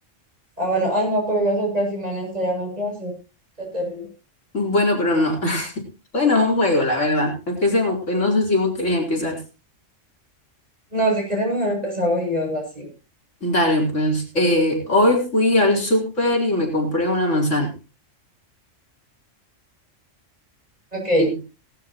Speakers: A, on the right; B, on the left.
A: Ah, bueno, ay, no, pero yo soy pésima en esto, ya me place. Qué terrible.
B: Bueno, pero no. <laughs> Bueno, es un juego, la verdad. Empecemos, pues no sé si vos querés empezar.
A: No, si quieres, mejor empezamos y yo la sigo.
B: Dale, pues. eh, hoy fui al súper y me compré una manzana.
A: Ok,
B: Sí,